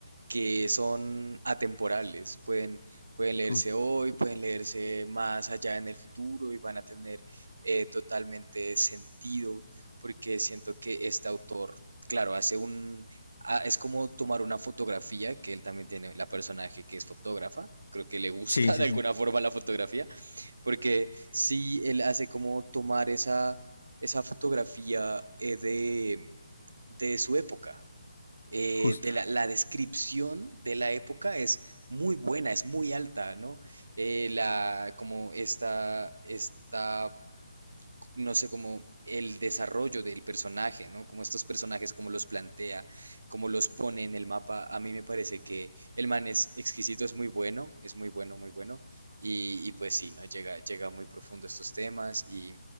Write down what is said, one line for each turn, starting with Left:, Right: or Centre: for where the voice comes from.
Right: que son atemporales, pueden, pueden leerse
Left: Justo.
Right: hoy, pueden leerse más allá en el futuro y van a tener eh, totalmente sentido, porque siento que este autor, claro, hace un... ah, Es como tomar una fotografía, que él también tiene, la personaje que es fotógrafa, creo que le gusta
Left: Sí, sí,
Right: <laughs> de alguna
Left: sí.
Right: forma la fotografía, porque sí, él hace como tomar esa, esa fotografía eh, de, de su época, eh,
Left: Justo.
Right: de la, la descripción de la época es muy buena, es muy alta, ¿no? Eh, la, como esta, esta no sé, como el desarrollo del personaje, ¿no? Como estos personajes, como los plantea, como los pone en el mapa. A mí me parece que el man es exquisito, es muy bueno, es muy bueno, muy bueno. Y, y pues sí, ¿no? Llega, llega muy profundo a estos temas y,